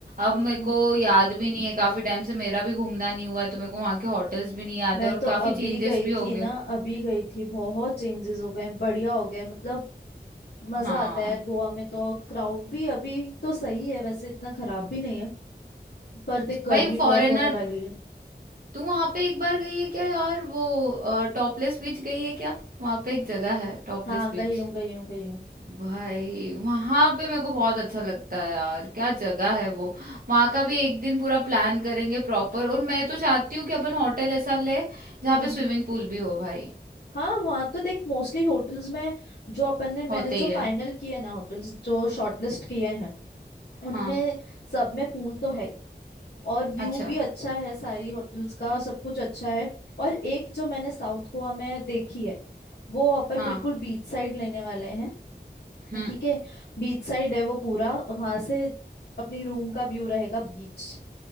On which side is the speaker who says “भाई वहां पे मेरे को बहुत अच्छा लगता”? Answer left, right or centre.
Right